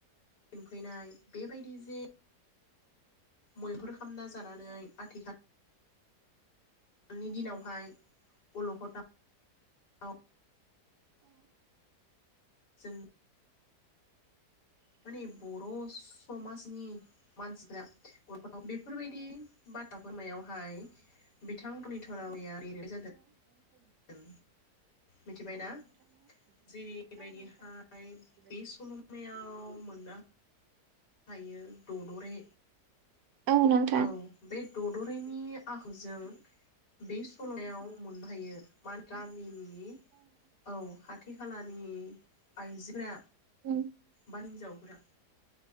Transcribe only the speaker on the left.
दोनफैनाय बेबायदि जे मैहुर खालामना जानानै आथिखाल आथिखालनि दिनावहाय अलखदाव, जों माने बर' समाजनि मानसिफ्रा <unintelligible> बेफोरबायदि बाथ्राफोरमायावहाय बिथां मोननि <unintelligible> जादो दोन मिथिबायना जेरैबायदिहाय बे सल'मायाव मोननो थायो ददरे
औ बे दड'रेनि नि आखुजों बे सल'लमायाव मोननो हायो मा दामिनि नि औ खाथि खालानि जोंनि आइजोफोरा
हौवा हिनजावफोरा